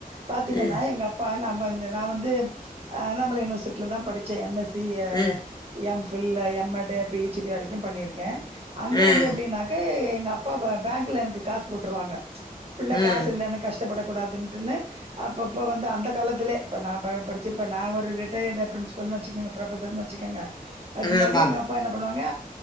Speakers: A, on the right (about 40°); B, on the left (about 25°).
A: பாத்தீங்கன்னா
B: ம்
A: எங்க அப்பா நான் பந்த நான் வந்து அண்ணாமலை யுனிவர்சிட்டில தான் படிச்சேன் எம் எஸ் பி
B: ம்
A: M Phil M Ed P H D வரைக்கும் பண்ணிருக் க அங்க
B: ம்
A: வந்து எப்படின்னாக்க எங் அப்பா பேங்க்ல எனக்கு காசு போட்டுருவாங்க பிள்ள
B: ம்
A: காசு இல்லன்னு கஷ்டப்பட கூடாதுட்டுன்னு அப்பப்ப வந்து அந்த காலத்திலே இப்போ நான் படிச்ச இப்ப நான் ஒரு ரிட்டயர்டு் பிரின்சிபல்னு வச்சுக்கே பரபசர்னு வெச்சுக்கோங்க அதுக்கு முன்னாடி
B: ஆமா ஆமா
A: எங்க அப்பா என்ன பண்ணுவாங்க